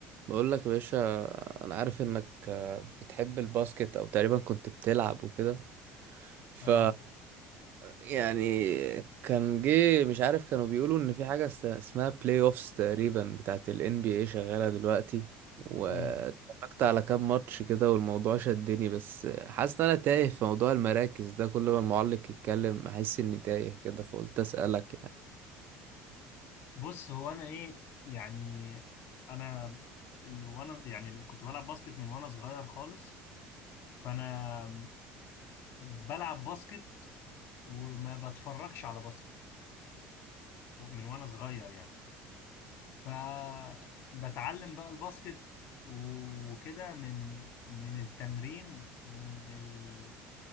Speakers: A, on the right (about 45°); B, on the left (about 50°).
A: بقول لك يا باشا انا عارف انك آه، بتحب الباسكت او تقريبا كنت بتلعب وكده ف
B: اه
A: يعني كان جه مش عارف كانوا بيقولوا ان في حاجة است- اسمها بلاي اوفس تقريبا بتاعت ال NBA شغالة دلوقتي واتفرجت
B: امم
A: على كام ماتش كده والموضوع شدني بس حاسس ان انا تايه في موضوع المراكز ده كل ما المعلق يتكلم احس اني تايه كده فقلت اسألك يعني
B: بص هو انا ايه يعني انا ال- وانا يعني ال- كنت بلعب باسكت من وانا صغير خالص فانا بلعب باسكت وما بتفرجش على باسكت من وانا صغير يعني فبتعلم بقى الباسكت وكده من من التمرين ومن ال-